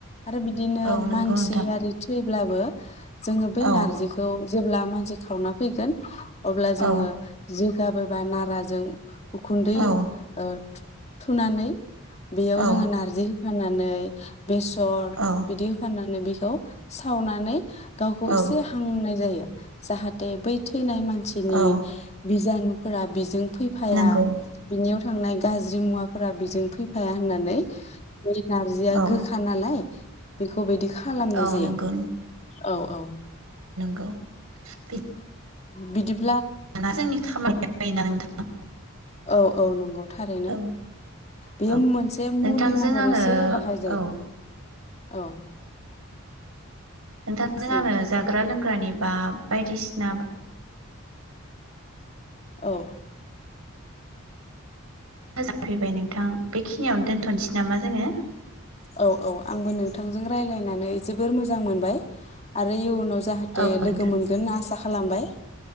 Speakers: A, on the left; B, on the right.
A: आरो बिदिनो
B: औ नंगौ
A: मानसि
B: नोंथां
A: आरि थै ब्लाबो जोङो बै
B: औ
A: नारजिखौ जेब्ला मानसि सावना फैगोन अब्ला जोङो
B: औ
A: गाबोबा नाराजों उखुन्दै
B: औ
A: ओ थुनानै बेयाव
B: औ
A: जोङो नारजि होनानै बेसर
B: औ
A: बिदि होफाना नै बिखौ सावनानै गावखौ
B: औ
A: एसे हांनाय जायो <inaudible> जाहाथे बै थैनाय मान सिनि
B: औ
A: बिजानु फोरा बेजों फैफाया
B: नंगौ
A: बिनियाव थांनाय गाज्रि मुवाफोरा बेजों फैफाया होननानै बे नारजिया
B: औ
A: गोखा नालाय बेखौ बैदि खालामनाय
B: औ
A: जायो
B: नंगौ
A: औ औ
B: गौ बि
A: बिदिब
B: दाना जोंनि खामा <unintelligible> जायोना नोंथां
A: औ औ नंगौ थारैनो
B: औ
A: बेयो
B: औ
A: मोनसे
B: नोंथांजों
A: मुलि महरैसो
B: आङो
A: बाहाय जायो
B: औ
A: औ
B: नोंथांजों
A: औ
B: आंङो जाग्रा लोंग्रानि बा बायदिसिना
A: औ
B: मोजां फैबाय नोंथां बेखिनियावनो दोनथनोसै नामा जोंङो
A: औ औ आंबो नों थांजों रायज्लायनानै जोबोर मोजां मोनबाय आरो इउनाव जाहाथे
B: औ
A: लोगो
B: नोंथां
A: मोनगोन आसा खालामबाय